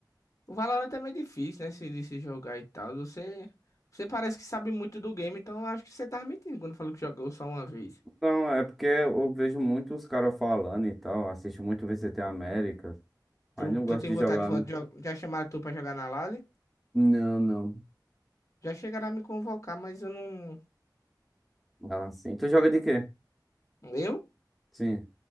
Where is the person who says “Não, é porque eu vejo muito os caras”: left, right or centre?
Centre